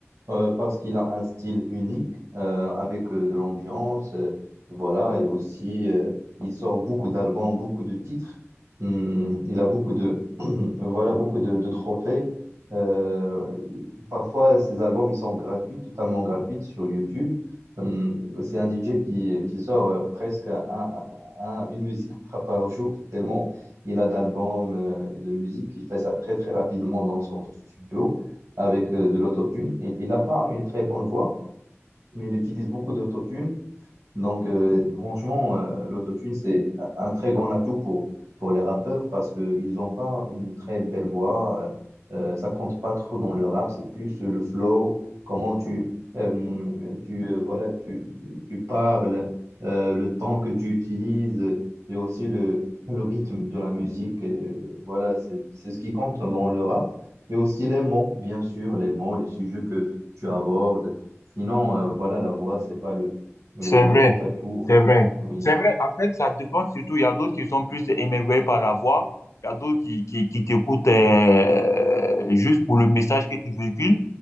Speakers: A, on the right; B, on the left.
A: Euh, parce qu'il a un style unique euh, avec euh, de l'ambiance, euh, voilà, et aussi euh, il sort beaucoup d'albums, beaucoup de titres. Hum, il a beaucoup de <clears throat> voilà, beaucoup de, de trophées. Euh, parfois, ses albums ils sont gratuits, totalement gratuits sur YouTube. Hum, c'est un DJ qui, qui sort euh, presque un- un- une musique par, par jour, tellement il a d'albums euh, et de musique. Il fait ça très très rapidement dans son studio avec euh, de l'autotune. Et, il n'a pas une très bonne voix, mais il utilise beaucoup d'autotune donc, euh, franchement, euh, l'autotune, c'est un très grand atout pour, pour les rappeurs parce qu'ils n'ont pas une très belle voix. euh, euh, ça compte pas trop dans le rap, c'est plus le flow, comment tu, euh, tu, euh, voilà, tu, tu parles, euh, le temps que tu utilises et aussi le, le rythme de la musique. et, euh, voilà, c'est, c'est ce qui compte dans le rap. Et aussi les mots, bien sûr, les mots, les sujets que tu abordes. Sinon, euh, voilà, la voix, c'est pas le le,
B: c'est
A: le
B: vrai.
A: grand atout,
B: C'est
A: euh,
B: vrai.
A: oui.
B: C'est vrai. En fait, ça dépend surtout. Il y a d'autres qui sont plus émerveillés par la voix. Il y a d'autres qui, qui, qui t'écoutent euh, juste pour le message que tu véhicules